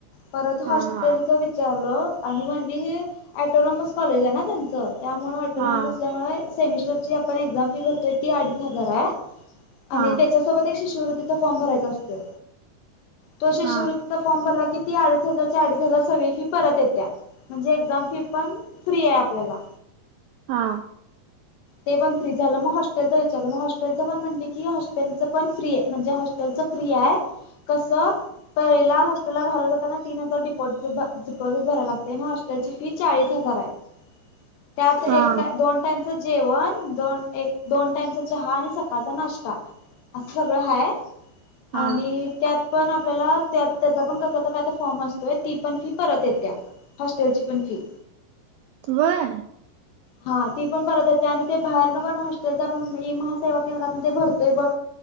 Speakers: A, on the left (about 80°); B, on the right (about 80°).
A: परत
B: हा
A: हॉस्टेलचं
B: हा
A: विचारलं आणि म्हणली ॲटोनॉमस कॉलेज आहे ना त्यांचं. त्यामुळं ऑटोनॉमस
B: हा
A: असल्यामुळे सेमिस्टरची आपण एक्झाम फी भरतोय ती अडीच हजार आहे. आणि
B: हा
A: त्याच्यासोबत एक शिष्यवृत्तीचा फॉर्म भरायचा असतोय तो शिष्यवृ
B: हा
A: त्तीचा फॉर्म भरला की ती अडीच हजारच्या अडीच हजार सगळी फी परत येत्या. म्हणजे एक्झाम फी पण फ्री आहे आपल्याला.
B: हा.
A: ते पण फ्री झालं मग, हॉस्टेल च विचारलं. मग हॉस्टेलच पण म्हटलं की हॉस्टेलच पण फ्री आहे. म्हणजे हॉ टेलच फ्री आहे. कस पहिला हॉस्टेलला राहायला जाताना तीन हजार डिपॉ झिट भराय लागतय ना. हॉस्टेलची फी चाळीस हजार आहे. त्यात एक
B: हा
A: टा दोन टाईम जेवण. दोन -एक, दोन टाइमचा चहा आणि सकाळचा नाश्ता असं सगळं हाय
B: हा
A: आणि त्यात पण आपल्याला त्याचा पण कसला तर काय फॉर्म असतोय ती पण फी परत येत्या. हॉस्टेलची पण फी
B: होय.
A: हा ती पण परत येत्या. आणि ते बाहेरन पण हॉस्टेलचा पण ई महासेवा केंद्रातन ते भरून ते बघ.